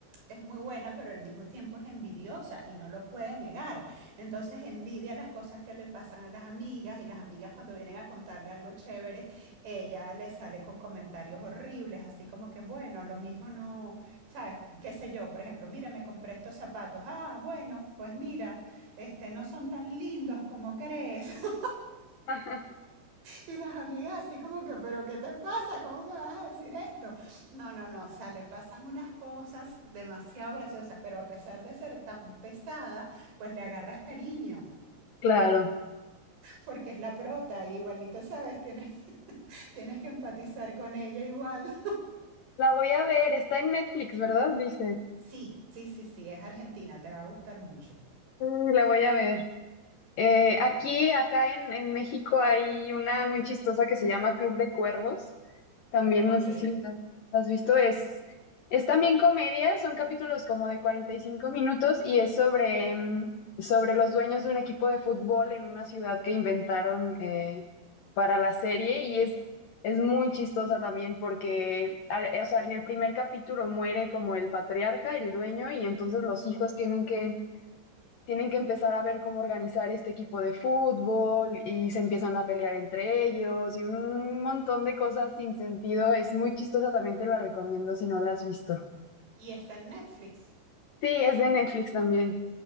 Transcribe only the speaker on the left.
<laughs>
Claro.
La voy a ver, está en Netflix, ¿verdad? Dice.
Mm, La voy a ver. Eh,
aquí, acá en, en México hay una muy chistosa que se llama Club de Cuervos. También
no sé si la la has visto. Es, es también comedia, son capítulos como de 45 minutos y es sobre, mm, sobre los dueños de un equipo de fútbol en una ciudad que inventaron eh, para la serie y es, es muy chistosa también porque, al- eh, o sea, en el primer capítulo muere como el patriarca, el dueño, y entonces los hijos tienen que tienen que empezar a ver cómo organizar este equipo de fútbol y se empiezan a pelear entre ellos y un montón de cosas sin sentido. Es muy chistosa, también te la recomiendo si no la has visto.
Sí, es de Netflix también.